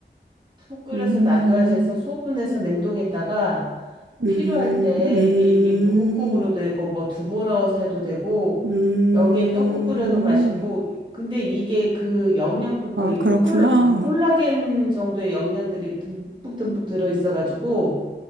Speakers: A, on the right (about 25°); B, on the right (about 90°).
A: 푹 끓여서
B: 음,
A: 놔둬야지 해서 소분해서 냉동했다가
B: 음,
A: 필요할 때
B: 음,
A: 이게 이게 무국으로 되고 뭐 두부 넣어서 해도 되고
B: 음.
A: 여기에 떡국 끓여도 맛있고 근데 이게 그 영양분도
B: 아,
A: 이게
B: 그렇구나.
A: 콜 어, 콜라겐 정도의 영양들이 듬뿍 듬뿍 들어 있어 가지고